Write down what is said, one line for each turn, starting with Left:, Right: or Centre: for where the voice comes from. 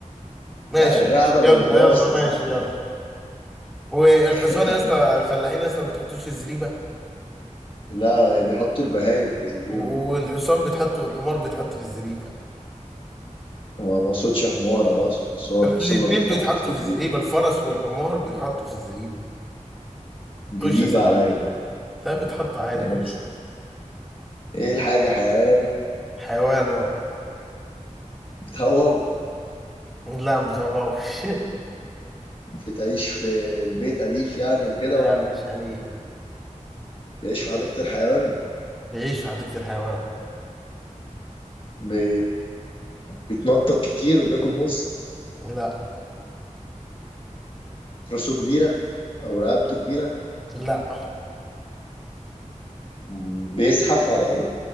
Centre: ماشي
Left: لا الرقبة
Centre: ماشي
Left: غير
Centre: يلا
Left: الراس
Centre: يلا
Left: يا
Centre: ماشي
Left: صاحبي
Centre: يلا والحصان
Left: <laughs>
Centre: يا اسطى الفلاحين يا اسطى ما بتحطوش في الزريبه
Left: لا بيحطوا البهايم في الزريبة
Centre: والحصان بيتحط والحمار بيتحط في الزريبه
Left: ما ما اقصدش حمار انا اقصد حصان
Centre: الاتنين
Left: بس هما بيتحطوا
Centre: بيتحطوا
Left: في
Centre: في
Left: الزريبة
Centre: الزريبه الفرس والحمار بيتحطوا في الزريبه
Left: جديدة
Centre: خش يا صاحبي
Left: عليا
Centre: لا بيتحطوا عادي
Left: يعني
Centre: خش خش
Left: ايه الحاجة حيوان
Centre: حيوان اهو
Left: بتهوهو
Centre: لا ما بتهوهوش <laughs>
Left: بتعيش في البيت أليف يعني وكده
Centre: لا
Left: ولا
Centre: مش أليف
Left: بيعيش في حديقة الحيوان
Centre: يعيش في حديقة الحيوان
Left: بي... بيتنطط كتير وبياكل موز
Centre: لا
Left: راسه كبيرة أو رقبته كبيرة
Centre: لا
Left: مم. بيزحف على الأرض